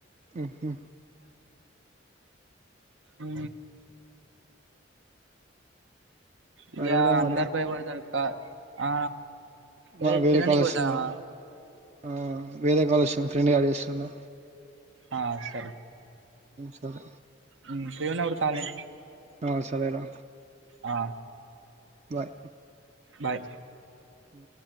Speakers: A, on the right (about 35°); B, on the right (about 85°).
A: ఉహు
B: ఉ
A: సరేరా
B: ఇగా
A: మరి
B: అందరు బయపడుతారు త ఆ
A: మా
B: యే
A: వేరే
B: తినేనికి
A: కాల్ వస్తుంది
B: పోతావా
A: ఆగు ఆ వేరే కాల్ వస్తుంది ఫ్రెండ్ కాల్ చేస్తుందా
B: ఆ సరే
A: సరే
B: ఉ శ్రీనగర్ కాలనీ
A: ఆ సరేరా
B: ఆ
A: బాయ్
B: బాయ్
A: ఉ